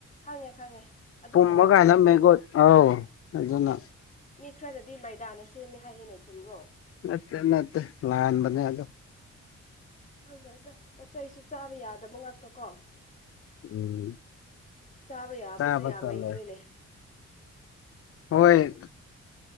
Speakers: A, on the left; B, on the left.
A: ꯈꯪꯉꯦ ꯈꯪꯉꯦ ꯑꯗꯨꯅꯔꯣ
B: ꯄꯨꯨꯝꯃꯒꯅꯃꯦꯒꯣꯠ ꯑ ꯑꯗꯨꯅ
A: ꯃꯤ ꯈꯔꯗꯗꯤ ꯃꯩꯗꯥꯅ ꯁꯦꯝꯃꯦ ꯍꯥꯏꯌꯦꯦꯡꯅ ꯆꯨꯝꯕ꯭ꯔꯣ
B: ꯅꯠꯇꯦ ꯅꯠꯇ ꯂꯍꯥꯟꯕꯅꯦꯗꯣ
A: ꯍꯪꯗꯅꯤꯗ ꯄꯣꯠ ꯆꯩꯁꯨ ꯆꯥꯕ ꯌꯥꯗꯕ ꯉꯥꯛꯇꯣ ꯀꯣ
B: ꯎꯝ
A: ꯆꯥꯕ ꯌꯥꯕꯁꯦ
B: ꯆꯥꯕ
A: ꯌꯥꯝ
B: ꯇꯜꯂꯦ
A: ꯂꯩꯇ꯭ꯔꯦꯅꯦ
B: ꯍꯣꯏ